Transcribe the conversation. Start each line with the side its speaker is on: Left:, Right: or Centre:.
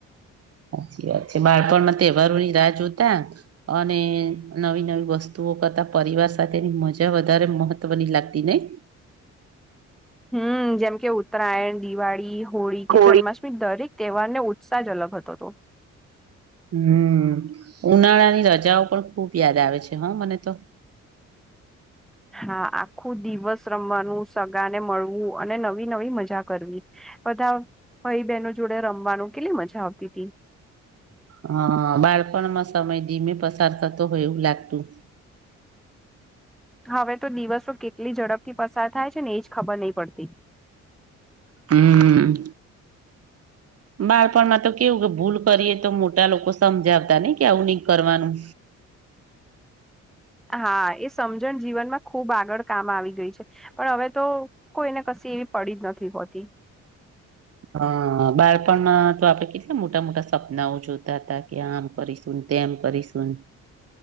Right: સાચી વાત છે. બાળપણમાં તહેવારો ની રાહ જોતા અને નવી નવી વસ્તુઓ કરતા પરિવાર સાથેની મજા વધારે મહત્વની લાગતી નહીં?
Centre: હમ જેમ કે ઉત્તરાયણ, દિવાળી, હોળી
Right: કોળી
Centre: કે જન્માષ્ટમી દરેક તહેવારને ઉત્સાહ જ અલગ હતો.
Right: હમ ઉનાળાની રજાઓ પણ ખુબ યાદ આવે છે હા મને તો
Centre: હા આખું દિવસ રમવાનું સગાને મળવું અને નવી નવી મજા કરવી. બધા ભાઈ બહેનો જોડે રમવાનું કેટલી મજા આવતી હતી.
Right: હ બાળપણમાં સમય ધીમે પસાર થતો હોય એવું લાગતું.
Centre: હવે તો દિવસો કેટલી ઝડપથી પસાર થાય છે ને એજ ખબર નહી પડતી.
Right: હમ બાળપણમાં તો કેવું કે ભૂલ કરીએ તો મોટા લોકો સમજાવતા ન ઈ કે આવું નહી કરવાનું.
Centre: હા એ સમજણ જીવનમાં ખુબ આગળ કામ આવી ગઈ. પણ હવે તો કોઈને કશી એવી પડી જ નથી હોતી
Right: હ બાળપણના તો આપડે કેટલા મોટા મોટા સપનાઓ જોતા હતા? કે આમ કરીશને, તેમ કરીશને-,